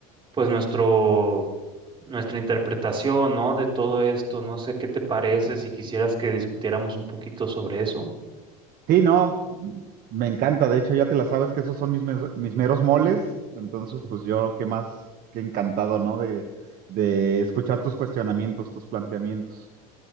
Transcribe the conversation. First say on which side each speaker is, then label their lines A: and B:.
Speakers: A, on the right; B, on the right.
A: pues nuestro, nuestra interpretación, ¿no? De todo esto. No sé qué te parece si quisieras que discutiéramos un poquito sobre eso.
B: Sí, no, me encanta. De hecho, ya te la sabes que esos son mis, mes- mis meros moles. Entonces,
A: Su-
B: pues yo qué más que encantado, ¿no? De, de escuchar tus cuestionamientos, tus planteamientos.